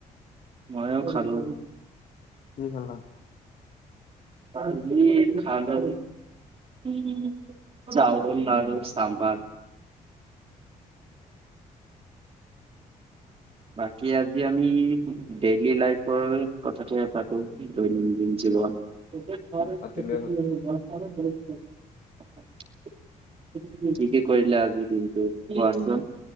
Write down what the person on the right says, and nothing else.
মইয়ো খালো।
আজি খানা <inaudible> চাউল আৰু চামবাৰ। বাকী আজি আমি ডেইলি লাইফৰ কথাটোহে পাতো কি কৰিলো। <unintelligible>
কি কি কৰিলা আজি দিনটোত কোৱাচোন?